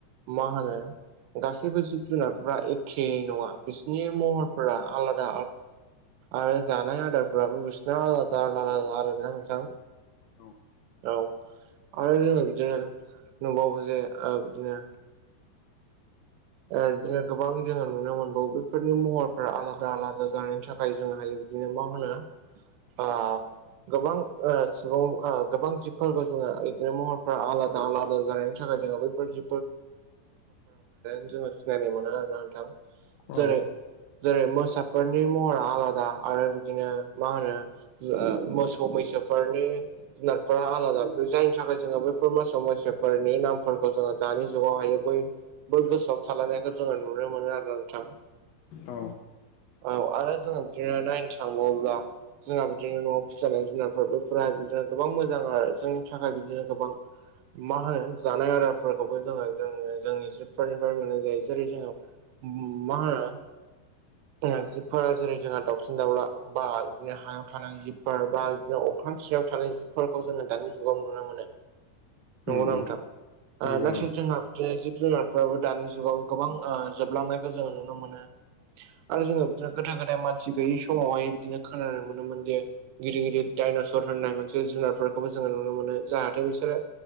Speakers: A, on the right (about 80°); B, on the left (about 75°).
A: मा होनो गासैबो जिब जुनारफ्रा एखे नङा बिसिनि महर फोरा आलाद आरो जानाय आदारफोराबो बिसिना आलादा-आलादा आरोना नोंथां।
B: औ
A: औ आरो जोंङो बिदिनो नुबावो जे ओ बिदिनो ओ बिदिनो गोबां जोंङो नुनो मोनबावो बेफोरनि महरफोरा आलादा- आलादा जानायनि थाखाय जोंहायो बिदिनो मा होनो ओ गोबां ओ सुबुं ओ गोबां जिबफोरखौ जोंङो बिदिनो महरफोरा आलादा-आलादा जानायनि थाखाय जोंङो बैफोर जि
B: औ
A: जेरै जेरै मोसाफोरनि महरा आलादा आरो बिदिनो मा होनो ओ मोसौ मैसोफोरनि जुनारफोरा आलादा बे जायनि थाखाय जोंङो बे फोर मोसो मैसोफोरनि नामफोरखौ जोंङो दानि जुगाव हायो बयबो गोसोआव थालायनायखौ जोंङो नुनो मोनो आरोना नोंथां।
B: औ
A: औ आरो जोंङो बिदिनो नायनो थांबावब्ला जोंहा बिदिनो न'आव फिसि जानाय जुनारफोर बेफोरा बिदिनो गोबां मोजां आरो जोंनि थाखाय बिदिनो गोबां मा होनो जानाय आदारफोरखौबो जोंङो-जोंङो जोंनि जिबफोरनि मोननाय जायो जेरै जोंङो ओम मा होना ओ जिबफोरा जेरै जोंहा दाउसिन-दाउला बा बिदिनो हायाव थानाय जिबफोर बा बिदिनो अख्रां सिायाव थानाय जिबफोरखौ जोंङो दानि जुगाव नुनो मोनो। नंगौना
B: उम उम
A: नोंथां? ओ
B: नंगौ
A: नाथाय जोंहा बिदिनो जिब जुनारफ्राबो दानि जुगाव गोबां ओ जोबलांनायखौ जोङो नुनो मोनो। आरो जोंङो बिदिनो गोदा-गोदाय मानसि गैयि समावहाय बिदिनो खोनानो मोनोमोन दि गिदिर गिदिर डाइनसर होननाय मोनसे जुनारफोरखौबो जोंङो नुनो मोनो। जाहाथे बिसोरो